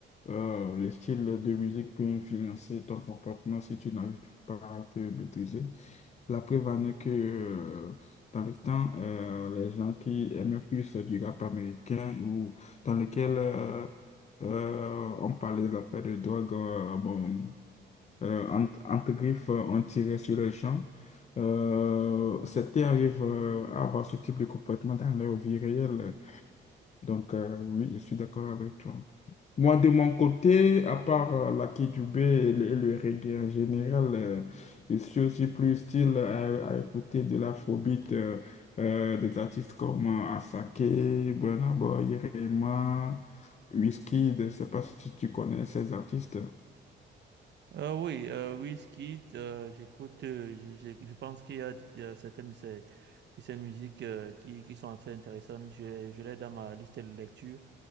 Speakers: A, on the left (about 35°); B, on the right (about 60°).
A: euh, les styles de musique peuvent influencer ton comportement si tu n'arrives pas à te maîtriser. La preuve en est que euh, dans le temps, euh, les gens qui aimaient plus du rap américain ou dans lequel euh, euh, on parlait des affaires de drogue, euh, bon, euh, entre, entre griffes, euh, on tirait sur les gens. Euh, c'était arrive euh, à avoir ce type de comportement dans leur vie réelle. Donc euh, oui, je suis d'accord avec toi. Moi, de mon côté, à part euh, la Kidjoubé et le, et le reggae en général, euh, je suis aussi plus style à, à écouter de l'afrobeat, euh, euh, des artistes comme euh, Asake, Burna Boy, Rema, Wizkid. Je ne sais pas si tu connais ces artistes.
B: Euh, oui, euh, Wizkid, euh, j'écoute, euh, j'ai- j'ai- je pense qu'il y a, il y a certaines de ces, de ces musiques euh, qui, qui sont assez intéressantes. Je, je l'ai dans ma liste de lecture.